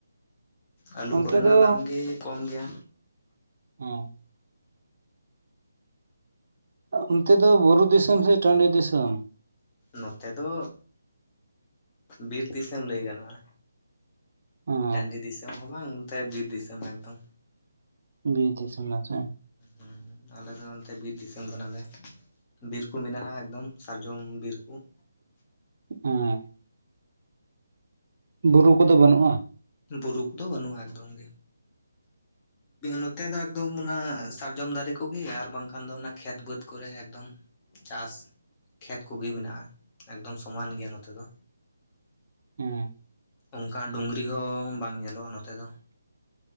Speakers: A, on the left; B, on the right.
A: ᱟᱹᱞᱩ
B: ᱚᱱᱛᱮ
A: ᱠᱚᱨᱮᱱᱟᱜ
B: ᱫᱚ
A: ᱫᱟᱢ ᱜᱮ ᱠᱚᱢ ᱜᱮᱭᱟ᱾
B: ᱦᱸᱻ᱾ ᱚᱱᱛᱮ ᱫᱚ ᱵᱩᱨᱩ ᱫᱤᱥᱚᱢ ᱥᱮ ᱴᱟᱹᱰᱤ ᱫᱤᱥᱚᱢ?
A: ᱱᱚᱛᱮ ᱫᱚ ᱵᱤᱨ ᱫᱤᱥᱚᱢ ᱞᱟᱹᱭ ᱜᱟᱱᱚᱜᱼᱟ᱾
B: ᱦᱮᱸ
A: ᱴᱟᱹᱰᱤ ᱫᱤᱥᱚᱢ ᱦᱚᱸ ᱵᱟᱝ ᱚᱱᱛᱮ ᱵᱤᱨ ᱫᱤᱥᱚᱢ ᱮᱠᱫᱚᱢ᱾
B: ᱵᱤᱨ ᱫᱤᱥᱚᱢ ᱱᱟᱥᱮ
A: ᱦᱮᱸ ᱟᱞᱮ ᱫᱚ ᱚᱱᱛᱮ ᱵᱤᱨ ᱫᱤᱥᱚᱢ ᱠᱟᱱᱟᱞᱮ᱾ ᱵᱤᱨ ᱠᱚ ᱢᱮᱱᱟᱜᱼᱟ ᱮᱠᱫᱚᱢ ᱥᱟᱨᱡᱚᱢ ᱵᱤᱨ ᱠᱚ᱾
B: ᱦᱸᱻ᱾ ᱵᱩᱨᱩ ᱠᱚᱫᱚ ᱵᱟᱹᱱᱩᱜᱼᱟ?
A: ᱵᱩᱨᱩ ᱠᱚᱫᱚ ᱵᱟᱹᱱᱩᱜᱼᱟ ᱮᱠᱫᱚᱢ ᱜᱮ᱾ ᱱᱚᱛᱮ ᱫᱚ ᱮᱠᱫᱚᱢ ᱚᱱᱟ ᱥᱟᱨᱡᱚᱢ ᱫᱟᱨᱮ ᱠᱚᱜᱮ, ᱟᱨ ᱵᱟᱝᱠᱷᱟᱱ ᱫᱚ ᱚᱱᱟ ᱠᱷᱮᱛ ᱵᱟᱹᱫᱽ ᱠᱚᱨᱮ ᱮᱠᱫᱚᱢ᱾ ᱪᱟᱥ ᱠᱷᱮᱛ ᱠᱚᱜᱮ ᱢᱮᱱᱟᱜᱼᱟ, ᱮᱠᱫᱚᱢ ᱥᱚᱢᱟᱱ ᱜᱮᱭᱟ ᱱᱚᱛᱮ ᱫᱚ᱾
B: ᱦᱮᱸᱻ᱾
A: ᱚᱱᱠᱟᱱ ᱰᱩᱝᱨᱤ ᱦᱚᱸ ᱵᱟᱝ ᱧᱮᱞᱚᱜᱼᱟ ᱱᱚᱛᱮ ᱫᱚ᱾